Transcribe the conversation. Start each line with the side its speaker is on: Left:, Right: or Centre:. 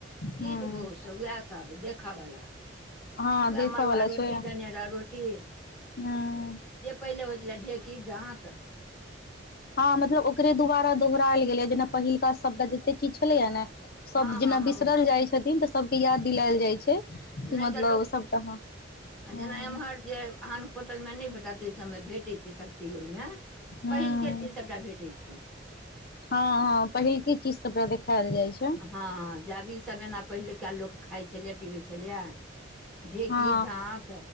Centre: चीज
Left: हूँ
Centre: बोस उएह सब देखऽवला
Left: हँ
Centre: उह
Left: देखऽ
Centre: मड़ुआ
Left: वाला
Centre: रोटी
Left: छै
Centre: देने रह रोटी
Left: हूँ
Centre: जे पहिले होय छलै ढेकी जात
Left: हँ मतलब ओकरे दुबारा दोहराएल गेल जेना पहिलका शद जते चीज छले हा ने सभ
Centre: हँ हँ
Left: जेना
Centre: हँ
Left: बिसरल
Centre: ओ
Left: जाय छथिन त सभके याद दिलायल जाइ छै क
Centre: नहि
Left: मतलब
Centre: तऽ लोक
Left: सबटा ह
Centre: आ जेना
Left: ह
Centre: एम्हर जे आन होटल मे नहि भेटत त इ सबमे भैटे छ ओहिमे
Left: हँ
Centre: पहिलके चीज सबटा भेटै छै
Left: हँ हँ पहिलके चीज सबटा देखायल जाय छै
Centre: हँ जब ई सब एना पहिलुका लोक खाय छलियै पीबै छलियै ढ़ेकी
Left: हँ
Centre: जांत